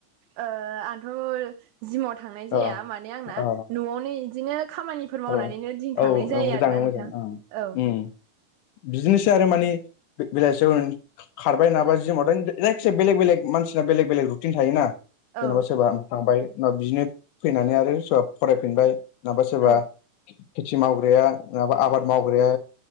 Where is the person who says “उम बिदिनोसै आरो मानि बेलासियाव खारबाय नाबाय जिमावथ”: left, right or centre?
Left